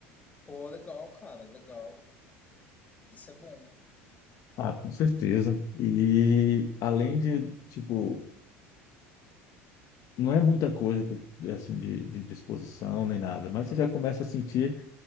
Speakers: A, on the left; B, on the left.
A: Pô, legal, cara, legal. Isso é bom.
B: Ah, com certeza. E além de, tipo, não é muita coisa que, assim, de, de disposição nem nada, mas você já começa a sentir